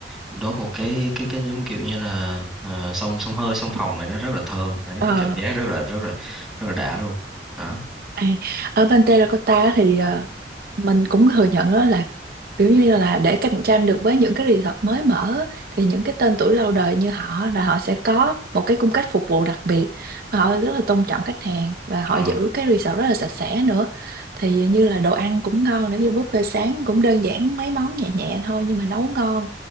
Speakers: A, in the centre; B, on the right.
A: đốt một cái cái cái giống kiểu như là uh, xông xông hơi xông phòng
B: ừ
A: này đó rất là thơm đấy
B: ờ
A: cái cảm giác rất là rất là rất là đã luôn đó
B: à, ở bên Terracotta thì ờ, mình cũng thừa nhận đó là kiểu như là để cạnh tranh được với những cái resort mới mở á, thì những cái tên tuổi lâu đời như họ là họ sẽ có một cái cung cách phục vụ đặc biệt họ rất là tôn trọng khách hàng và họ
A: ừ.
B: giữ cái resort rất là sạch sẽ nữa thì như là đồ ăn cũng ngon nếu như buffet sáng cũng đơn giản mấy món nhẹ nhẹ thôi nhưng mà nấu ngon